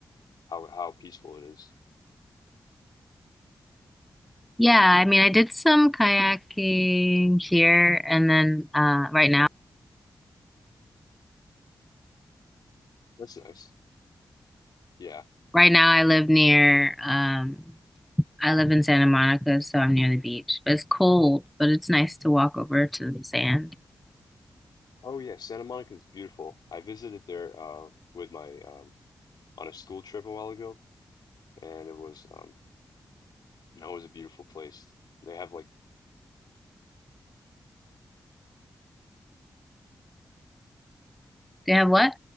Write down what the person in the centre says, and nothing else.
Yeah, I mean, I did some kayaking here and then uh right now.
Right now I live near um I live in Santa Monica, so I'm near the beach. But it's cold, but it's nice to walk over to the sand.
They have what?